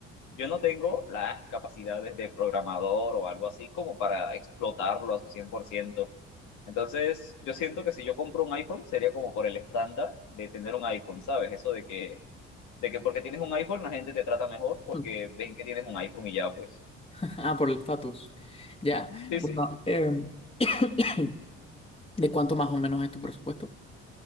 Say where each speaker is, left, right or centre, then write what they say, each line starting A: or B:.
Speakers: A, on the left; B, on the left.
A: yo no tengo las capacidades de programador o algo así como para explotarlo a su 100%. Entonces, yo siento que si yo compro un iPhone sería como por el estándar de tener un iPhone, ¿sabes? Eso de que, de que porque tienes un iPhone la gente te trata mejor porque
B: <laughs>
A: ven que tienes un iPhone y ya pues.
B: Ah, por el estatus. Ya.
A: Sí,
B: Bueno,
A: sí,
B: em, <coughs> <clears throat> ¿de cuánto más o menos es tu presupuesto?